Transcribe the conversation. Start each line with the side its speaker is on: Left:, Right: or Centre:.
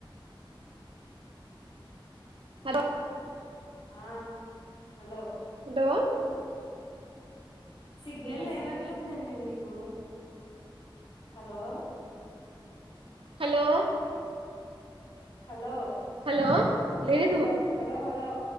Right: hello
Left: ఆ హలో
Right: హలో
Left: సిగ్నల్
Right: అంటే
Left: లేనట్టుందండి మీకు హలో
Right: హలో
Left: హలో
Right: హలో లేదు
Left: hello hello hello